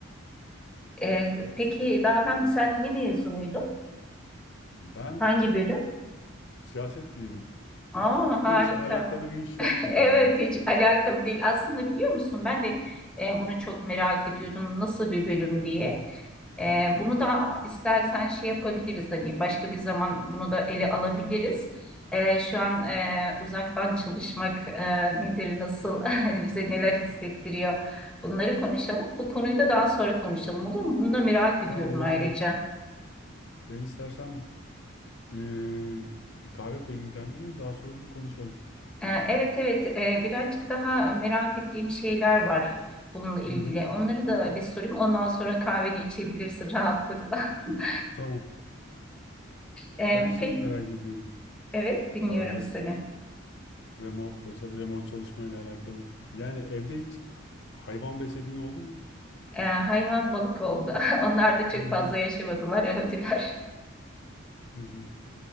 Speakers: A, in the centre; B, on the left.
A: Ee, Peki Dahan sen ne mezunuydun?
B: ben
A: Hangi bölüm?
B: siyaset bilimi
A: Aa
B: ama
A: harika.
B: hiç alakalı bir iş
A: <laughs>
B: yapmadım
A: Evet
B: onunla.
A: hiç alakalı değil. Aslında biliyor musun ben de e, bunu çok merak ediyordum. Nasıl bir bölüm diye. Ee, bunu da istersen şey yapabiliriz hani başka bir zaman bunu da ele alabiliriz. Ee, şu an e, uzaktan çalışmak e, nedir, nasıl, <laughs> bize neler hissettiriyor bunları konuşalım. Bu konuyu da daha sonra konuşalım olur mu? Bunu da merak ediyorum
B: Tamam oldu.
A: ayrıca.
B: Ben istersen eee, bir kahve koyayım kendime daha sonra bunu konuşalım.
A: Ee, evet evet e, birazcık daha merak ettiğim şeyler var bununla ilgili.
B: Hı hı.
A: Onları da bir sorayım ondan sonra kahveni içebilirsin rahatlıkla. <laughs>
B: Tamam.
A: Ee,
B: Ben şeyi
A: peki,
B: merak ediyorum.
A: evet dinliyorum
B: Bu arada
A: seni.
B: remote'la çal- remote çalışmayla alakalı. Yani evde hiç ha- hayvan beslediğin oldu mu?
A: E, hayvan balık oldu. <laughs> Onlar da çok
B: Hı hı.
A: fazla yaşamadılar, öldüler.
B: Hı hı.